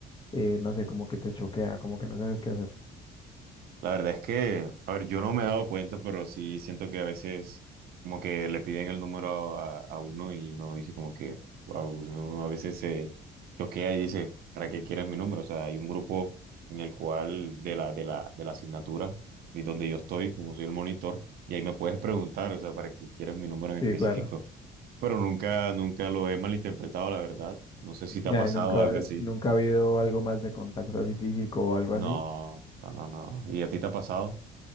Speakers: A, on the left (about 25°); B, on the right (about 65°).
A: eh, no sé, como que te choquea, como que no sabes qué hacer.
B: La verdad es que, a ver, yo no me he dado cuenta, pero sí siento que a veces como que le piden el número a, a uno y uno dice como que, wow, uno a veces se choquea y dice, ¿para qué quieres mi número? O sea, hay un grupo en el cual de la, de la, de la asignatura y donde yo estoy, como soy el monitor, y ahí me puedes preguntar, o sea, ¿para qué quieres mi número en
A: Sí,
B: específico?
A: claro.
B: Pero nunca, nunca lo he malinterpretado, la verdad. No sé si te
A: Ya,
B: ha pasado
A: y nunca,
B: algo así.
A: nunca ha habido algo más de contacto así físico o algo así.
B: No, no, no, no. ¿Y a ti te ha pasado?